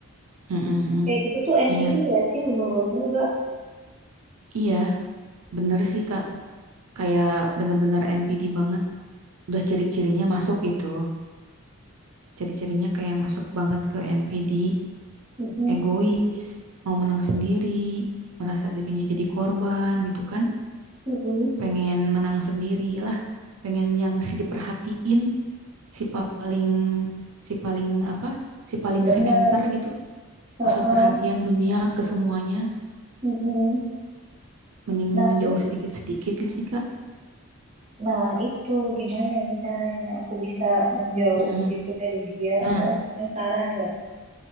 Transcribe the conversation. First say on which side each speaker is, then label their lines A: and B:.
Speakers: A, on the right; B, on the right.
A: mm-mm, mm-mm.
B: Kayak gitu tuh NPD
A: iya
B: gak sih menurutmu gak?
A: iya bener sih kak kayak bener-bener NPD banget udah ciri-cirinya masuk gitu ciri-cirinya kayak masuk banget ke NPD
B: Mm-mm,
A: egois mau menang sendiri merasa dirinya jadi korban gitu kan
B: mm-mm.
A: pengen menang sendiri lah pengen yang si diperhatiin si paling si paling apa si paling
B: Bener,
A: center gitu
B: heeh,
A: pusat perhatian dunia ke semuanya
B: mm-mm.
A: mending
B: Nah,
A: menjauh
B: terus,
A: sedikit-sedikit lah sih Kak
B: nah itu gimana ya caranya aku bisa menjauh
A: Mm.
B: gitu dari dia?
A: Nah
B: Kamu punya saran nggak?